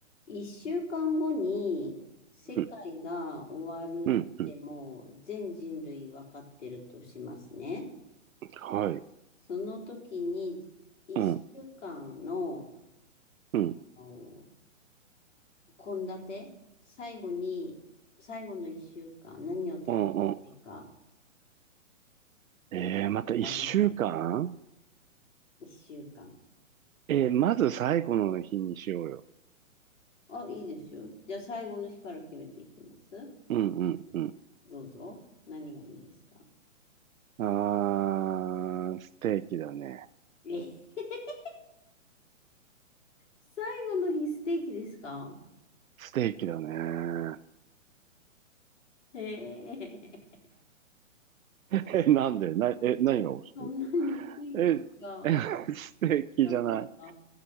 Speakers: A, on the left (about 65°); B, on the right (about 85°).
A: 一週間後に世界が終わるってもう全人類わかってるとしますね。
B: うん、うん、うん。はい。
A: その時に一週間の、
B: うん、うん、
A: あの、献立、最後に、最後の一週間何を食べたいか
B: うん、うん。えー、また一週間
A: 考えましょう。一週間。
B: えー、まず最後の日にしようよ。
A: あ、いいですよ。じゃあ最後の日から決めていきます。
B: うん、うん、うん。
A: どうぞ。何がいいんですか
B: あー、ステーキだね。
A: え <laughs>、最後の日ステーキですか
B: ステーキだね。
A: ええ
B: <laughs> え、なんでな、え、何が欲しい
A: そんなにステーが、
B: え、え、<laughs> ステーキじゃない。
A: なんですか